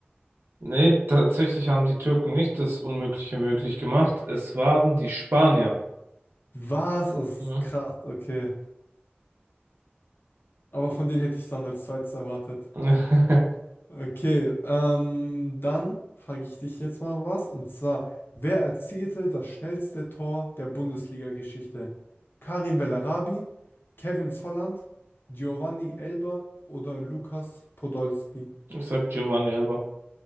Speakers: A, on the right; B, on the left.
A: Nee, tatsächlich haben die Türken nicht das Unmögliche möglich gemacht. Es waren die Spanier.
B: Was? Das ist
A: Mhm.
B: krass, okay. Aber von denen hätte ich es dann als zweites erwartet.
A: <laughs>
B: Okay, ähm, dann frage ich dich jetzt mal was. Und zwar, wer erzielte das schnellste Tor der Bundesliga-Geschichte? Karim Bellarabi, Kevin Volland, Giovanni Elber oder Lukas Podolski?
A: Ich sag Giovanni Elber.